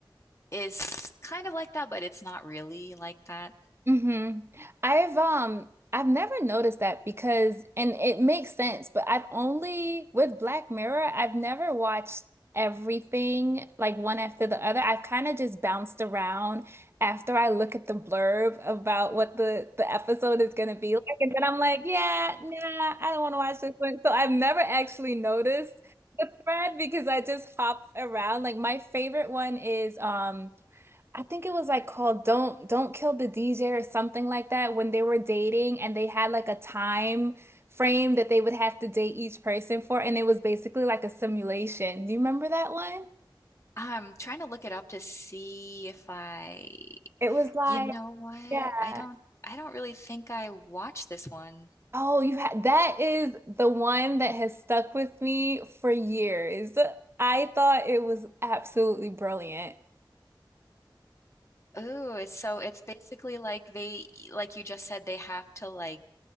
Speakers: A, on the left; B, on the right.
A: is kind of like that but it's not really like that
B: hmm I've um I've never noticed that because and it makes sense, but I've only with Black Mirror, I've never watched everything like one after the other. I've kind of just bounced around after I look at the blurb about what the the episode is going to be like, and then I'm like, yeah, nah, I don't want to watch this one. So I've never actually noticed the thread because I just hop around. Like my favorite one is um. I think it was like called Don't Don't Kill the DJ or something like that when they were dating and they had like a time frame that they would have to date each person for and it was basically like a simulation. Do you remember that one?
A: i'm trying to look it up to see if i
B: It was like,
A: you know what
B: yeah.
A: i don't i don't really think i watched this one
B: Oh, you had that is the one that has stuck with me for years. I thought it was absolutely brilliant.
A: Ooh, it's so it's basically like they like you just said they have to like